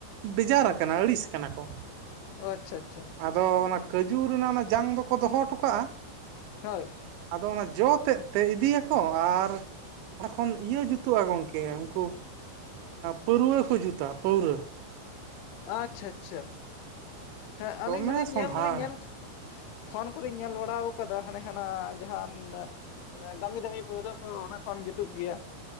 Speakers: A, on the right; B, on the left.
A: ᱵᱮᱡᱟᱨ ᱟᱠᱟᱱᱟ ᱟᱹᱲᱤᱥ ᱠᱟᱱᱟ ᱠᱚ᱾
B: ᱚ ᱟᱪᱪᱷᱟ ᱟᱪᱪᱷᱟ
A: ᱟᱫᱚ ᱚᱱᱟ ᱠᱟᱹᱡᱩ ᱨᱮᱱᱟᱜ ᱚᱱᱟ ᱡᱟᱝ ᱫᱚᱠᱚ ᱫᱚᱦᱚ ᱦᱚᱴᱚ ᱠᱟᱜ-ᱟ᱾
B: ᱦᱳᱭ
A: ᱟᱫᱚ ᱚᱱᱟ ᱡᱚ ᱛᱮᱫ ᱛᱮ ᱤᱫᱤᱭᱟᱠᱚ ᱟᱨ ᱚᱱᱟ ᱠᱷᱚᱱ ᱤᱭᱟᱹ ᱡᱩᱛᱩᱜ-ᱟ ᱜᱚᱝᱠᱮ ᱩᱱᱠᱩ ᱯᱟᱹᱣᱨᱟᱹ ᱠᱚ ᱡᱩᱛᱟ ᱯᱟᱹᱣᱨᱟᱹ᱾
B: ᱟᱪᱪᱷᱟ ᱟᱪᱪᱷᱟ ᱦᱮᱸ
A: ᱫᱚᱢᱮ
B: ᱟᱹᱞᱤᱧ ᱦᱚ ᱞᱤᱧ
A: ᱥᱚᱸᱫᱷᱟᱲ
B: ᱧᱮᱞ ᱫᱩᱞᱤᱧ ᱧᱮᱞ ᱯᱷᱳᱱ ᱠᱚᱨᱮᱧ ᱧᱮᱞ ᱵᱟᱲᱟ ᱟᱠᱟᱫᱟ ᱦᱟᱱᱮ ᱦᱟᱱᱟ ᱡᱟᱦᱟᱱ ᱫᱟᱹᱢᱤ ᱫᱟᱹᱢᱤ ᱯᱟᱹᱣᱨᱟᱹ ᱠᱚ ᱚᱱᱟ ᱠᱷᱚᱱ ᱡᱩᱛᱩᱜ ᱜᱮᱭᱟ᱾